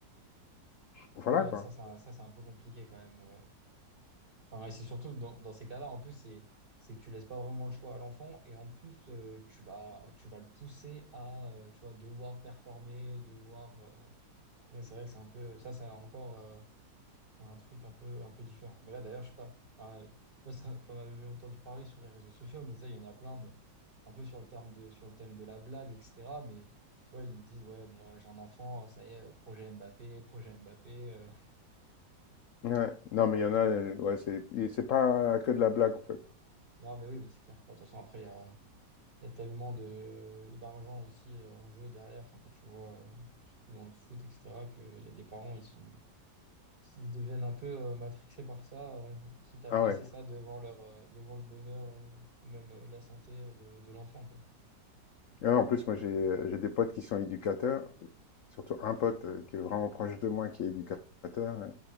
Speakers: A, on the left; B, on the right.
A: voilà,
B: Ouais,
A: quoi.
B: ça, c'est un, ça, c'est un peu compliqué quand même. euh. Enfin, et c'est surtout dans, dans ces cas-là, en plus, c'est, c'est que tu laisses pas vraiment le choix à l'enfant et en plus, euh, tu vas, tu vas le pousser à, euh, tu vois, devoir performer, devoir. euh. Ouais, c'est vrai que c'est un peu, ça, c'est encore. euh, un truc un peu, un peu différent. Mais là, d'ailleurs, je sais pas, enfin, je sais pas si t'en avais entendu parler sur les réseaux sociaux, mais ça, il y en a plein, bon, un peu sur le terme de, sur le thème de la blague, etc. Mais tu vois, ils disent, ouais, bon, là, j'ai un enfant, ça y est, euh, projet Mbappé, projet Mbappé. euh.
A: Ouais. Non, mais il y en a, euh, ouais, c'est et c'est pas que de la blague en fait.
B: Non, mais oui, bah, c'est clair. Bon, de toute façon, après, il y a, il y a tellement de, d'argent aussi euh, en jeu derrière, enfin, quand tu vois euh, dans le foot, etc., qu'il y a des parents, ils sont S'ils deviennent un peu euh, matrixés par ça, euh, quitte à
A: Ah
B: placer
A: ouais.
B: ça devant leur, euh, devant le bonheur euh, ou même euh, la santé euh, de, de l'enfant, quoi.
A: Et ouais, en plus, moi j'ai euh, j'ai des potes qui sont éducateurs, euh, surtout un pote euh, qui est vraiment proche de moi qui est éducateur. euh,